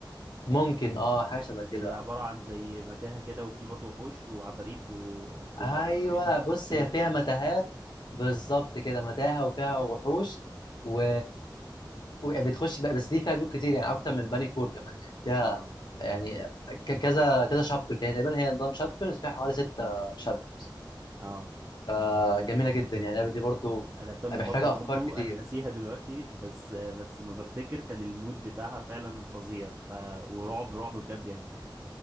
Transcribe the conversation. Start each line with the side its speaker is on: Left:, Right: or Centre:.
Left: ممكن اه حاجه شبه كده
Right: هي عبارة عن زي متاهة كده وفي برضو وحوش وعفاريت وبتبقى
Left: ايوه
Right: فريق مختص
Left: بص
Right: الأشباح
Left: هي فيها متاهات بالظبط كده متاهه وفيها وحوش و وبتخش بقى بس دي فيها بيوت كتير يعني اكتر من بني كور كمان يعني فيها
Right: اه
Left: يعني ك- كذا كذا شابتر يعني تقريبا هي نظام شابترز فيها حوالي ستة شابترز
Right: اه
Left: فجميله جدا يعني اللعبه دي برضو
Right: أنا لعبتها من
Left: محتاجه
Right: فترة برضو
Left: افكار كتير
Right: أنا ناسيها دلوقتي بس بس ما بفتكر كان المود بتاعها فعلا فظيع ف... ورعب رعب بجد يعني